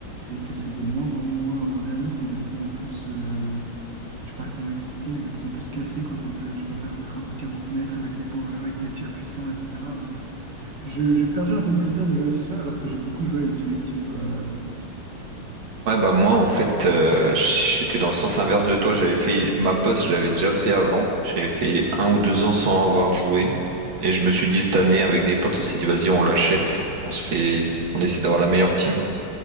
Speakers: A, on the right; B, on the right.
A: et que c'est de moins en moins euh, réaliste et de plus en plus, euh, je sais pas comment expliquer, mais de plus en plus cassé quoi, comme jeu. Tu peux faire des frappes de 40 mètres avec les, power, avec les tirs puissants, etc. Moi, je je- J'ai perdu un peu le plaisir de jouer à FIFA alors que j'ai beaucoup joué à Ultimate Team quoi, euh, avant.
B: Ouais, bah moi, en fait, euh, j'étais dans le sens inverse de toi. J'avais fait ma poste, je l'avais déjà fait avant. J'avais fait un ou deux ans sans avoir joué. Et je me suis dit, cette année, avec des potes, on s'est dit, vas-y, on l'achète. On se fait, on essaie d'avoir la meilleure team.